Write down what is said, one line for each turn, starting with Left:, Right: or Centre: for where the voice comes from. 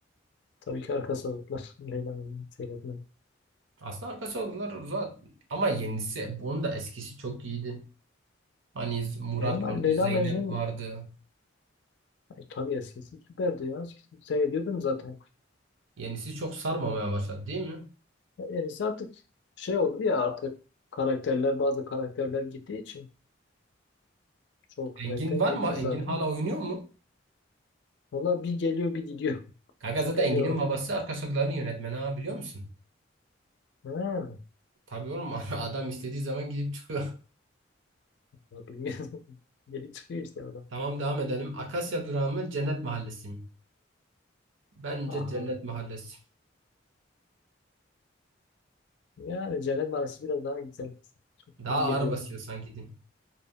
Left: Tabii ki arka sokaklar <laughs> Leyla'nın seyretmem.
Right: Aslında arka sokaklar zaten. Ama yenisi. Onun da eskisi çok iyiydi. Hani Z- Murat
Left: Ya ama
Right: vardı.
Left: Leyla
Right: Zeynep
Left: Mecnun
Right: vardı.
Left: ay, tabii eskisi süperdi ya. Eskisini Seyrediyordum zaten.
Right: Yenisi çok sarmamaya başladı değil mi?
Left: Yenisi artık şey oldu ya artık karakterler bazı karakterler gittiği için çoğu karakter
Right: Engin var
Left: gitti
Right: mı? Engin
Left: zaten.
Right: hala oynuyor mu?
Left: Valla bir geliyor bir gidiyor. <laughs>
Right: Kanka
Left: Şüpheli
Right: zaten Engin'in
Left: o.
Right: babası arka sokakların yönetmeni ha biliyor musun?
Left: Ha,
Right: Tabii oğlum <laughs> adam istediği zaman gidip çıkıyor.
Left: ya bilmiyorum. <laughs> Gelip çıkıyor işte
Right: <laughs>
Left: orada.
Right: Tamam devam edelim. Akasya durağı mı? Cennet Mahallesi mi? Bence
Left: Aha.
Right: Cennet Mahallesi.
Left: Yani Cennet Mahallesi biraz daha güzel. Çok
Right: Daha
Left: iyi geliyordu.
Right: ağır basıyor sanki din.